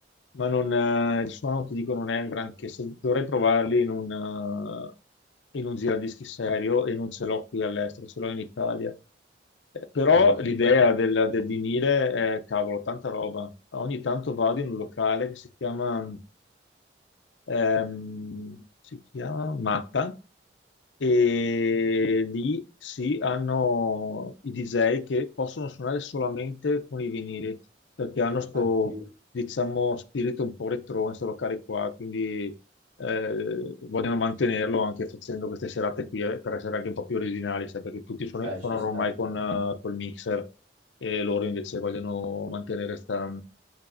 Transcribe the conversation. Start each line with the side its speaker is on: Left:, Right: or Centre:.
Left: ma non, eh, il suono, ti dico, non è un granché. Se- Dovrei provarli in un, eh, in un giradischi serio e non ce l'ho qui all'estero, ce l'ho in Italia. Eh, Però
Right: Ah,
Left: l'idea del, del vinile è, cavolo, tanta roba. Ogni tanto vado in un locale che si chiama ehm, si chiama Matta, e lì sì, hanno i DJ che possono suonare solamente con i vinili, perché hanno sto,
Right: ah, sì.
Left: diciamo, spirito un po' retro in sto locale qua, quindi eh, vogliono mantenerlo anche facendo queste serate qui eh, per essere anche un po' più originali, sai, perché tutti sono,
Right: eh,
Left: sono
Right: ci
Left: ormai
Right: sta.
Left: con eh, col mixer e loro invece vogliono mantenere questa